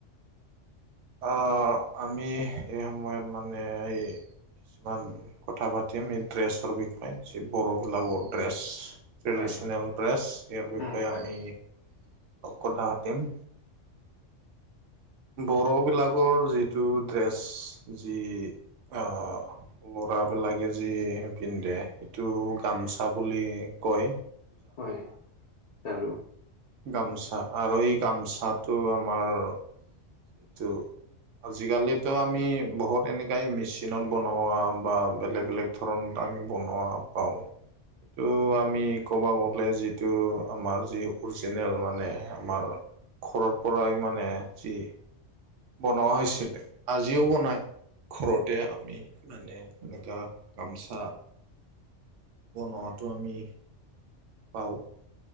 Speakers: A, on the right (about 80°); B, on the left (about 55°).
A: অঁহ আমি এই সময়ত মানে এই! কিছুমান কথা পাতিম এই ড্ৰেছৰ বিষয়ে যি বড়োৱে গোলাগৰ ড্ৰেছ। ট্ৰেডিচনেল
B: হয়
A: ড্ৰেছ, ইয়াৰ বিষয়ে
B: উম হয়
A: আমি অলপ কথা পাতিম। বড়োবিলাকৰ যিটো ড্ৰেছ, যি অঁহ! ল'ৰাবিলাকে যি পিন্ধে সেইটো গামচা বুলি কয়।
B: হয়, জানো।
A: গামোচা আৰু এই গামোচাটো আমাৰ! সেইটো আজিকালিতো আমি বহুত এনেকাই মেচিনত বনোৱা বা বেলেগ বেলেগ! ধৰণ আমি বনোৱা পাওঁ। ত' আমি কোবা গ'লে যিটো আমাৰ যি অৰিজিনেল মানে আমাৰ! ঘৰৰ পৰাই মানে যি! বনোৱা হৈছিলে আজিও বনায় ঘৰতে আমি মানে। এনেকুৱা গামছা। বনোৱাটো আমি! বাওঁ